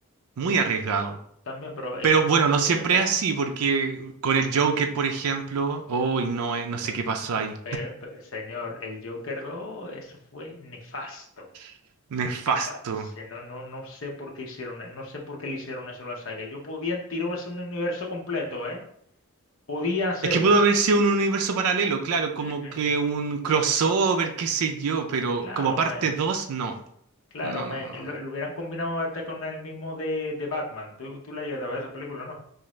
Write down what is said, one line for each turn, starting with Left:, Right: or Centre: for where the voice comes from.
Right: muy arriesgado.
Left: También, pero es
Right: Pero
Left: que
Right: bueno,
Left: no,
Right: no
Left: no
Right: siempre
Left: cuentan.
Right: es así, porque con el Joker, por ejemplo, hoy no, eh, no sé
Left: em,
Right: qué pasó ahí.
Left: pe- pe- señor, el Joker dos eso fue nefasto.
Right: <laughs> Nefasto.
Left: Nefasto. No, no, no sé por qué hicieron eso. No sé por qué le hicieron eso a la saga. Ellos podían tirarse un universo completo, ¿eh? Podían hacerlo.
Right: Es que pudo haber sido un universo paralelo, claro, como
Left: Ujú.
Right: que un crossover, qué sé yo, pero
Left: Claro,
Right: como parte
Left: man.
Right: 2, no.
Left: Claro,
Right: No,
Left: man.
Right: no, no, no,
Left: Lo,
Right: no.
Left: lo hubieran combinado hasta con el mismo de, de Batman. Tú, tú la llegaste a ver esa película, ¿no?